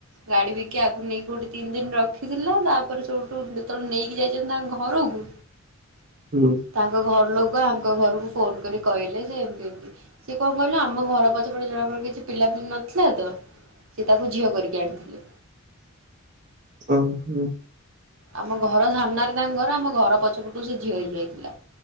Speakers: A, on the right; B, on the right.
A: ଗାଡ଼ି ବିକି ଆକୁ ନେଇକି କୋଉଠି ତିନି ଦିନ ରଖିଥିଲା। ତାପରେ ସବୁଠୁ ଯେତେବେଳେ ନେଇକି ଯାଇଛନ୍ତି ତାଙ୍କ ଘରକୁ
B: ହୁଁ
A: ତାଙ୍କ ଘର ଲୋ ଆଙ୍କ ଘରକୁ ଫୋନ କରି କହିଲେ। ଯେ ଏମିତି ଏମିତି ସେ କଣ କହିଲ? ଆମ ଘର ପଛପଟ ଜଣଙ୍କର କିଛି ପିଲାପିଲି ନଥିଲା ତ ସିଏ ତାକୁ ଝିଅ କରିକି ଆଣିଥିଲେ।
B: ଓ ହୋ।
A: ଆମ ଘର ସାମ୍ନାରେ ତାଙ୍କ ଘର ଆମ ଘର ପଛ ପଟୁ ସେ ଝିଅ ହେଇଯାଇଥିଲା।